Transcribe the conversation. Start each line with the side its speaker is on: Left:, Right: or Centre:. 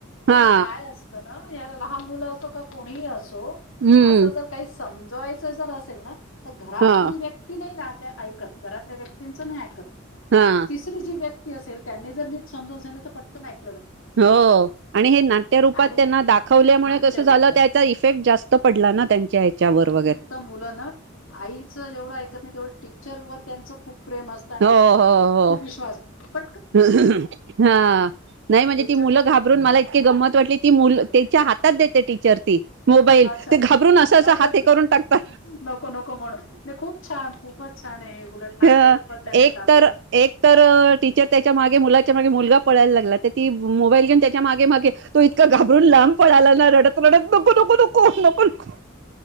Right: हा
Left: आणि काय असत ना? या लहान मुलं असो का कोणीही असो
Right: हम्म
Left: असं जर काही समजवायच जर असेल ना तर घरातली
Right: हा
Left: व्यक्ती नाही रा घरातल्या व्यक्तींच नाही ऐकत
Right: हा
Left: तिसरी जी व्यक्त तीअसेल त्यांनी जर नीट समजून असल तर पटक आईक
Right: हो. आणि हे नाट त्या रूपात
Left: आणि
Right: त्यांना दाखवल्यामुळे
Left: नाट्य
Right: कसं
Left: रूपात
Right: झालं? त्याचा इफेक्ट जास्त पडला ना त्यांच्या हच्यावर वगैरे.
Left: मुलाना आईचं जेवढं ऐकत नाही तेवढं टीचर व त्यांच खूप प्रेम असत. आणि
Right: हो हो हो
Left: खूप विश्वास प
Right: हा. नाही म्हणजे
Left: टीचर
Right: ती मुलं घाबरून मला इतके गंमत मत वाटली ती मुलं त्याच्या हातात देते टीचर मोबाईल.
Left: अच्छा
Right: ते घाबरून
Left: नको
Right: अस हात करून टाकता.
Left: नको नको म्हणून नाही खूप छान खूपच छान आहे हे उलट नाट्य
Right: अ
Left: रूपात त्यांनी
Right: एक
Left: दाखवलं
Right: तर ए एक तर टीचर त्याच्या मागे मुलाच्या मागे मुलगा पळायला लागला. त ती मोबाईल घेऊन त्याच्या मागे मागे. तो इतका घाबरून लांब पळाला ना रडत रडत नको नको नको नको नको.